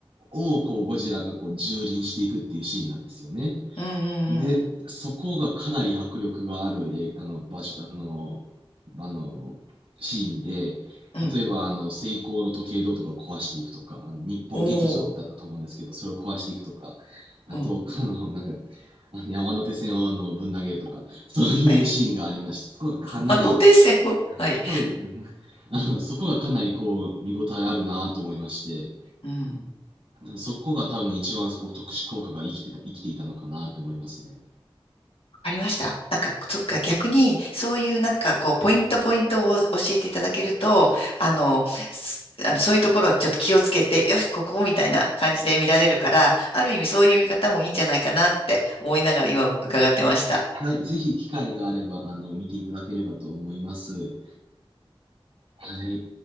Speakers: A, on the right (about 80°); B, on the left (about 80°).
A: をこう、ゴジラがこう、蹂躙していくっていうシーンなんですよね。
B: うん。
A: で、
B: うん。
A: そこがかなり迫力がある、え、あの、場所、あの、あの、シーンで、
B: うん。うん
A: 例えば、あの、セイコーの時計塔とかを壊していくとか、あの、日本劇場ってあったと思うんですけど、
B: おー。
A: それを壊していくとか、あと、
B: うん。
A: あの、なんか、あの山手線をあのぶん投げるとか、そういうシーンがありました。
B: ええ。
A: そこがかなり、
B: 山手線を。はい。
A: 多分 <laughs> あの、そこがかなりこう、見応えあるなと思いまして、
B: うん。
A: そこが多分一番こう特殊効果が生きてた、生きていたのかなと思いますね。
B: わかりました。なんか、そっか、逆に、そういうなんか、こう、ポイントポイントを教えていただけると、あの、すあの、そういうところはちょっと気をつけて、よし、ここみたいな感じで見られるから、ある意味そういう見方もいいんじゃないかなって思いながら今伺ってました。
A: はい、ぜひ機会があれば、あの、見ていただければと思います。はい。